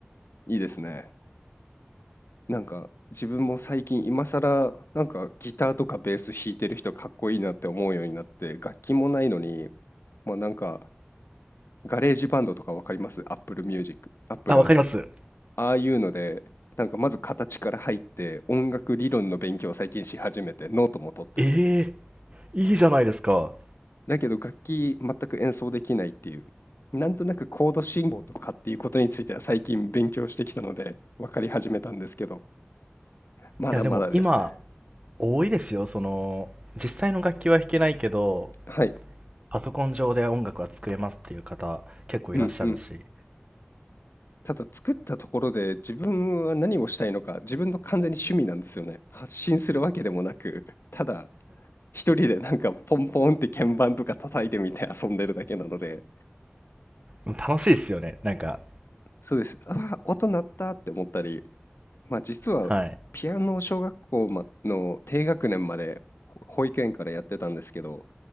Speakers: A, on the left; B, on the right.
A: いいですね。なんか自分も最近今更なんかギターとかベース弾いてる人かっこいいなって思うようになって楽器もないのに、まあなんかガレージバンドとかわかります ?Apple Music、Apple
B: あ、わかります。
A: のああいうので、なんかまず形から入って、音楽理論の勉強を最近し始めて、ノートも取ってて。
B: ええいいじゃないですか。
A: だけど楽器全く演奏できないっていう。なんとなくコード進行とかっていうことについては最近勉強してきたので、分かり始めたんですけど、まだまだですね。
B: いや、でも今、多いですよ。その、実際の楽器は弾けないけど、
A: はい。
B: パソコン上で音楽は作れますっていう方、結構いらっしゃるし。
A: うんうん。ただ作ったところで自分は何をしたいのか、自分の完全に趣味なんですよね。発信するわけでもなく、ただ一人でなんかポンポンって鍵盤とか叩いてみて遊んでるだけなので、
B: うん楽しいですよね。なんか、
A: そうです。ああ、音鳴ったって思ったり、まあ実はピアノを小学校まの低学年までほ保育園からやってたんですけど、
B: はい。